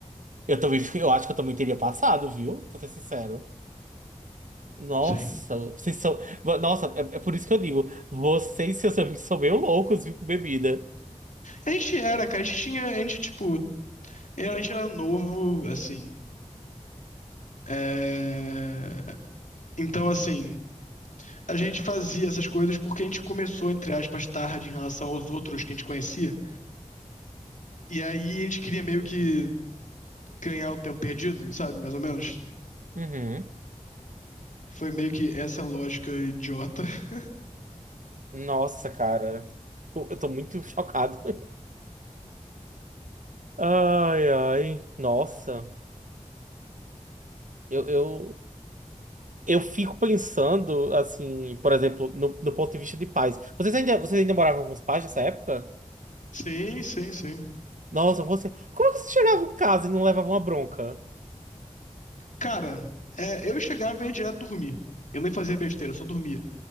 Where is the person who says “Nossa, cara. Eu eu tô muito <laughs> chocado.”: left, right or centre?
Right